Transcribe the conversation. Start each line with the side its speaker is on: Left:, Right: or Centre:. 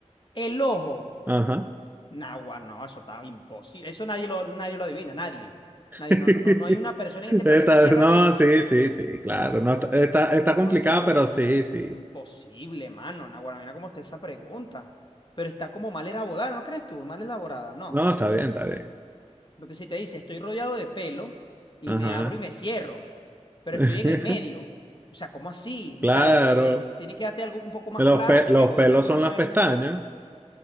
Left: El ojo.
Right: Ajá.
Left: Nagua, no, eso estaba imposible. Eso nadie lo, nadie lo adivina, nadie.
Right: <laughs>
Left: Nadie, no, no, no, no hay una persona en
Right: Está-
Left: este planeta Tierra
Right: no,
Left: que,
Right: sí, sí, sí, claro.
Left: No, mano.
Right: No, está, está complicada,
Left: Demasiado
Right: pero sí, sí.
Left: es imposible, mano. Naguará, mira cómo está esa pregunta. Pero está como mal elaborada, ¿no crees tú? Mal elaborada, no.
Right: No, está bien, está bien.
Left: Porque si te dice, estoy rodeado de pelo y
Right: Ajá.
Left: me abro y me cierro, pero
Right: <laughs>
Left: estoy en el medio. O sea, ¿cómo así?
Right: Claro.
Left: O sea, eh, eh, tiene que darte algo un poco más
Right: Los,
Left: claro
Right: pe-
Left: porque
Right: los
Left: obviamente
Right: pelos
Left: uno
Right: son
Left: no
Right: las
Left: es...
Right: pestañas. <laughs>